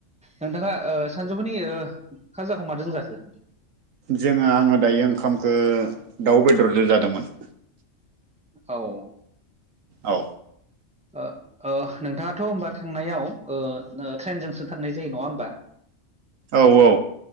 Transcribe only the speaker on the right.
जोङो आङो दायो ओंखामखौ दाउ बेदरजो जादोंमोन।
औ
औ औ